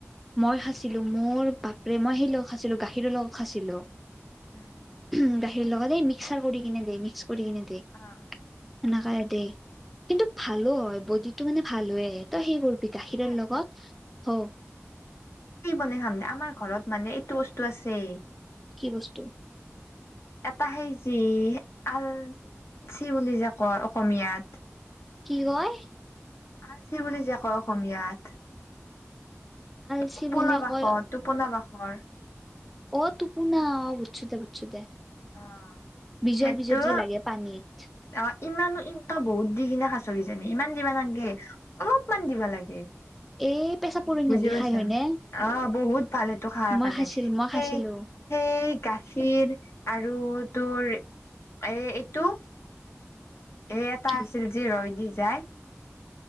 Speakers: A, in the centre; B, on the left.
A: মই খাইছিলো মোৰ বাপেৰে মই সেই লগত খাইছিলো গাখীৰৰ লগত খাইছিলো
B: উম
A: উম গাখীৰ লগত এই মিক্সাৰ কৰি কিনে দে মিক্স কৰি কিনে দে
B: অ',
A: সেনেকা দে কিন্তু ভালো হয় বডিটো মানে ভাল তই সেই কৰিবি গাখীৰৰ
B: এপি
A: লগত হ
B: কি বনাই খাম আমাৰ ঘৰত মানে এইটো বস্তু আছেই
A: কি বস্তু
B: এটা সেই সেই হৈছিল আলচি বুলি যে কয় অসমীয়াত
A: কি কয়
B: আলছি বুলি যে কয় অসমীয়াত
A: আলচি
B: টোপোনা
A: বুলি
B: বাসৰ
A: কয়
B: টোপোনা বাসৰ
A: অ টোপুনা অ বুছুদে পুছুদে <unintelligible>
B: অ
A: বিজল
B: সেইটো
A: বিজল যি লাগে পানীত
B: অ', ইমানো ইনতা বহুত দি কিনে সাঁচৰি জানে ইমান দিবা নালাগে অলপমান দিবা লাগে
A: এই পেচাপুৰ
B: বুজি
A: নলিখাই
B: পাইছা
A: হয়নে
B: অহ বহুত পালেতো খায়
A: মই
B: সেইকাৰণে
A: খাইছিলো
B: সেই
A: মই খাইছিলো
B: সেই গাখীৰ আৰু তোৰ এ এইটো এ এটা
A: কি
B: আছিল যি ৰৈ দি যায়